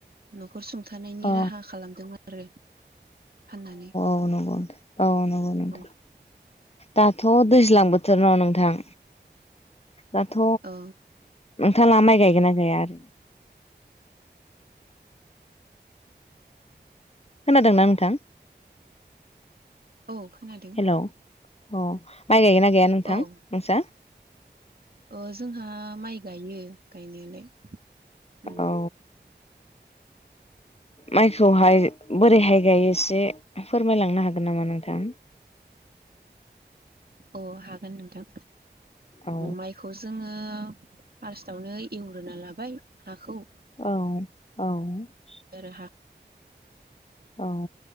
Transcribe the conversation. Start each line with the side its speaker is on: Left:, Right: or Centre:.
Right: न-' खर सुंथानायनि
Left: औ
Right: राहा खालामदोंमोन। आरो। फाननानै
Left: औगौ औ नंगौ नोंथां।
Right: औ
Left: दाथ' दैज्लां बोथोर न नोंथां। दाथ'
Right: औ
Left: नोंथाङा माइ गायगोन ना गाया ओरैनो? खोनादोंना नोंथां?
Right: <inaudible> औ खोनादों।
Left: Hello a my गायगोनना? गाया नोंथां
Right: औ
Left: नोंसा?
Right: अ जोंहा माइ गायो गायनायालाय। उम
Left: औ। माइखौहाय बोरैहाय गायो एसे फोरमायलांनो हागोन नामा नोंथां?
Right: अ हागोन नोंथां।
Left: औ
Right: माइखौ जोङो ओ फार्स्टआवनो एवग्रोना लाबाय हाखौ।
Left: औ
Right: आरो हा
Left: औ।